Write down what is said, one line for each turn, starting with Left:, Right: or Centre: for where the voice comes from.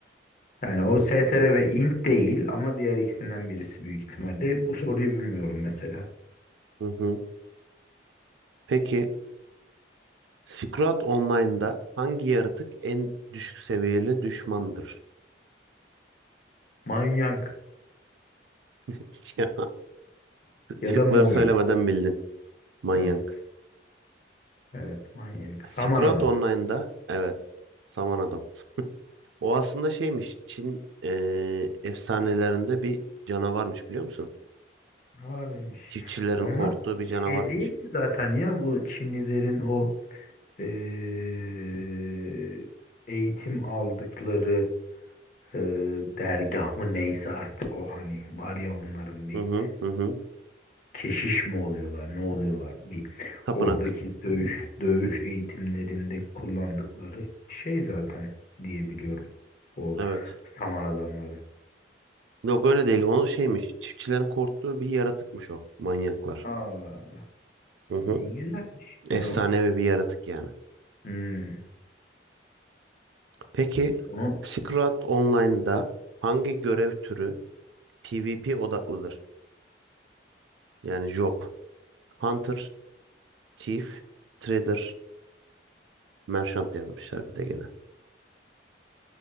Left: Yani o STR ve int değil ama diğer ikisinden birisi büyük ihtimalle. Bu soruyu bilmiyorum mesela.
Right: Hı hı. Peki Scroat Online'da hangi yaratık en düşük seviyeli düşmandır?
Left: Manyak
Right: <laughs> Ya,
Left: ya
Right: şıkları
Left: da Movi.
Right: söylemeden bildin. Manyak.
Left: Evet. Evet, manyak.
Right: Scroat
Left: Saman adam.
Right: Online'da evet. Saman adam. O aslında şeymiş. Çin eee, efsanelerinde bir canavarmış biliyor musun?
Left: Var mıymış?
Right: Çiftçilerin
Left: Onlar
Right: korktuğu bir canavarmış.
Left: şey değil mi zaten ya bu Çinlilerin o eee, eğitim aldıkları eee, dergah mı neyse artık o hani var ya onların bir
Right: Hı hı hı hı.
Left: keşiş mi oluyorlar ne oluyorlar bir
Right: Tapınak.
Left: oradaki dövüş dövüş eğitimlerinde kullandıkları şey zaten diyebiliyorum o
Right: Evet.
Left: saman adamların.
Right: Yok öyle değil. O şeymiş. Çiftçilerin korktuğu bir yaratıkmış o. Manyaklar.
Left: Allah Allah.
Right: Hı hı.
Left: E, güzelmiş
Right: Efsanevi
Left: o zaman.
Right: bir yaratık yani.
Left: Hmm,
Right: Peki
Left: onu
Right: Secret Online'da hangi görev türü PvP odaklıdır? Yani job. Hunter, Thief, Trader, Merchant yazmışlar bir de gene.